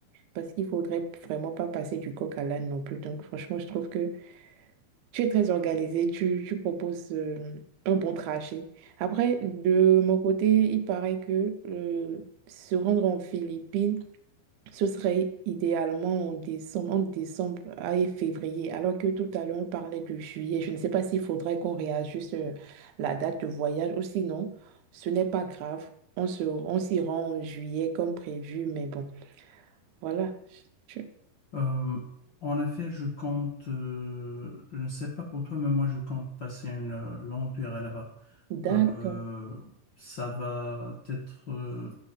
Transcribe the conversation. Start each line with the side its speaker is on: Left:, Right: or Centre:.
Right: parce qu'il faudrait vraiment pas passer du coq à l'âne non plus. Donc, franchement, je trouve que Tu es très organisé, tu, tu proposes euh, un bon trajet. Après, de mon côté, il paraît que euh, se rendre en Philippines, ce serait idéalement en décembre, entre décembre et février, alors que tout à l'heure, on parlait de juillet. Je ne sais pas s'il faudrait qu'on réajuste euh, la date de voyage ou sinon, ce n'est pas grave. On se, on s'y rend en juillet comme prévu, mais bon, voilà. Tu-
Left: Euh, en effet, je compte, euh, je ne sais pas pour toi, mais moi je compte passer une euh, longue durée là-bas.
Right: D'accord.
Left: Euh, ça va être euh,